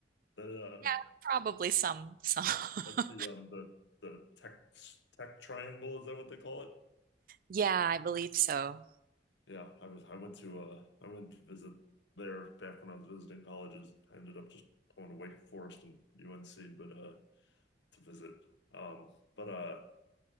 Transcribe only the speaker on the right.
Yeah, probably some, some. <laughs>
Yeah, I believe so.